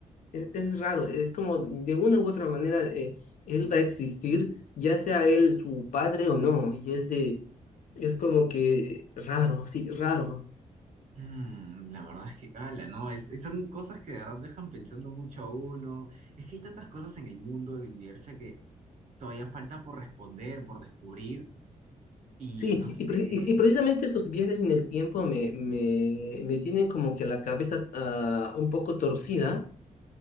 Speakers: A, on the left (about 70°); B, on the right (about 60°).
A: es- es raro. Es como de una u otra manera, eh, él va a existir, ya sea él su padre o no. Y es de, es como que raro, sí, raro.
B: Mm, la verdad es que, ala, no, es- es- son cosas que de verdad dejan pensando mucho a uno. Es que hay tantas cosas en el mundo, en el universo, que todavía falta por responder, por descubrir, y
A: Sí,
B: no
A: y,
B: sé.
A: pre- y- y precisamente esos viajes en el tiempo me, me, me tienen como que la cabeza ah, un poco torcida